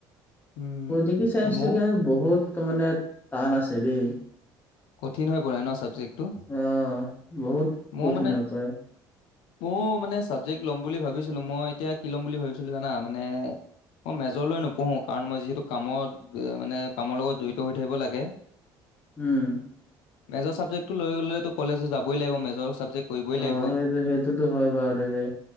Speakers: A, on the left; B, on the left.
A: উম
B: পলিটিকেল চাইঞ্চটো
A: মোৰ
B: কি বহুত মানে টান আছে দেই?
A: কঠিন হৈ পৰে ন চাবজেক্টটো
B: অ বহুত
A: মোৰ
B: কঠিন
A: মানে
B: হৈ পৰে
A: মোৰ মানে চাবজেক্ট ল'ম বুলি ভাবিছিলো মই এতিয়া কি ল'ম বুলি ভাবিছিলো জানা মানে মই মেজৰ ললৈ নপঢ়ো কাৰণ মই যিহেতু কামত মানে কামৰ লগত জড়িত হৈ থাকিব লাগে।
B: উম।
A: মেজ চাবজেক্ট টো লৈ ল'লেো কলেজত যাবই লাগিব মেৰ চাবজেক্ট। কৰিবই লাগিব
B: অ সেইটো সেইটোতো হয় বাৰু